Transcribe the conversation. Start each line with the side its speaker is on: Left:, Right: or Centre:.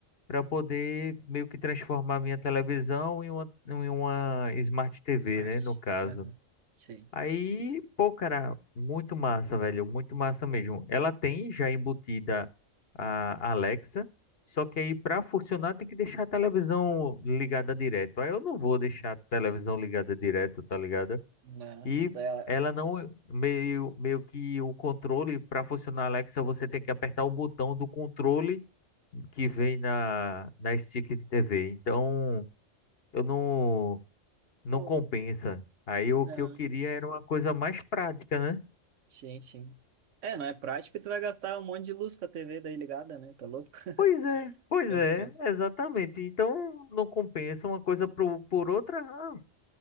Left: para poder meio que transformar minha televisão em uma, em uma Smart TV,
Right: Smart.
Left: né, no caso.
Right: Uhum. Sim.
Left: Aí, pô, cara, muito massa, velho, muito massa mesmo. Ela tem já embutida a Alexa, só que aí para funcionar tem que deixar a televisão ligada direto. Aí eu não vou deixar a televisão ligada direto, tá ligado?
Right: Não,
Left: E
Right: não dá.
Left: ela não meio, meio que o controle para funcionar a Alexa, você tem que apertar o botão do controle que vem na na stick de TV. Então, eu não não
Right: Pô,
Left: compensa. Aí
Right: não.
Left: o que eu queria era uma coisa mais prática, né?
Right: Sim, sim. É, não é prático e tu vai gastar um monte de luz com a TV daí ligada, né? Tá louco? <laughs>
Left: Pois é, pois
Right: O tempo
Left: é,
Right: todo.
Left: exatamente. Então, não compensa uma coisa pro, por outra. Ah,